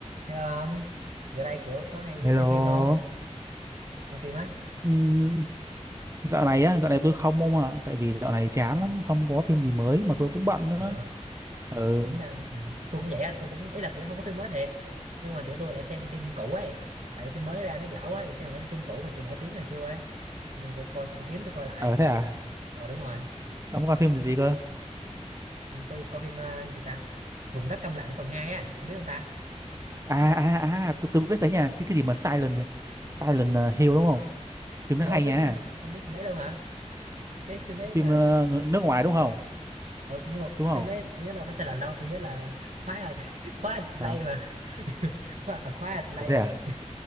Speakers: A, on the right (about 75°); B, on the right (about 25°).
A: Hello ông, giờ đây kiểu có hay đi
B: Hello.
A: xem phim không? Xem phim á?
B: Ừm, dạo này á, dạo này tôi không ông ạ, tại vì dạo này chán lắm, không có phim gì mới mà tôi cũng bận nữa.
A: À,
B: Ừ,
A: tính năng ừ, tôi cũng vậy á, tôi cũng ý là kiểu không có phim mới thiệt, nhưng mà kiểu tôi lại xem phim cũ ấy, tại vì phim mới ra nó dở quá, giờ xem lại mấy phim cũ mà kiểu nổi tiếng ngày xưa ấy, nhưng tôi coi tôi kiếm tôi coi lại.
B: ờ thế à?
A: Ờ đúng rồi,
B: Ông coi phim gì cơ?
A: Ừ, tôi coi phim à, gì ta? Vùng đất câm lặng phần hai á, ông biết không ta?
B: À à à, tôi tôi biết đấy nha, cái cái gì mà Silent Silent ờ, Hill đúng không? Phim nó
A: Ủa
B: hay
A: ông biết
B: nha.
A: cái- ông biết phim đấy luôn hả? Cái phim đấy
B: Phim
A: là
B: ờ, ng- nước ngoài đúng không?
A: ừ, nhưng mà
B: Đúng không?
A: phim đấy tôi nhớ là phải sai lệch đâu, tôi nhớ là Quiet <laughs> Quiet Play
B: Sao?
A: mà. <laughs> Quiet Quiet Play
B: Ờ, thế
A: mà.
B: à?